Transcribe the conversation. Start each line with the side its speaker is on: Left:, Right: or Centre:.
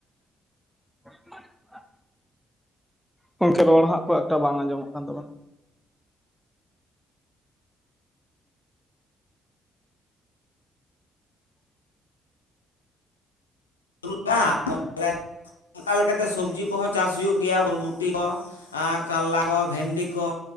Centre: <inaudible> ᱜᱚᱢᱠᱮ ᱨᱚᱲ ᱦᱟᱸᱜ ᱠᱷᱩᱵ ᱮᱠᱴᱟ ᱵᱟᱝ ᱟᱸᱡᱚᱢᱚᱜ ᱠᱟᱱ ᱛᱟᱵᱚᱱᱟ ᱾
Left: <unintelligible> ᱚᱱᱠᱟ ᱞᱮᱠᱟᱛᱮ ᱥᱚᱵᱽᱡᱤ ᱠᱚᱦᱚᱸ ᱪᱟᱥ ᱦᱩᱭᱩᱜ ᱜᱮᱭᱟ ᱵᱚᱨᱵᱩᱴᱤ ᱠᱚ ᱟᱸ ᱠᱟᱞᱞᱟ ᱠᱚ ᱵᱷᱮᱱᱰᱤ ᱠᱚ